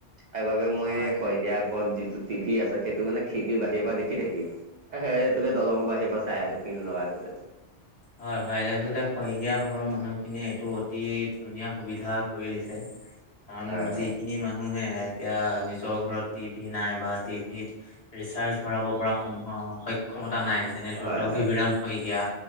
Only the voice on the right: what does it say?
সেইবাবে মই
শইকীয়া ঘৰত যিটো টিভি আছে সেইটো মানে খিকি বাহিৰৰ পৰা দেখি থাকি সেই এই তোকে দলঙৰ বাহিৰ পৰা চাই আছো কিনো লগাই থৈছে।
হয় হয়
হয়
হয়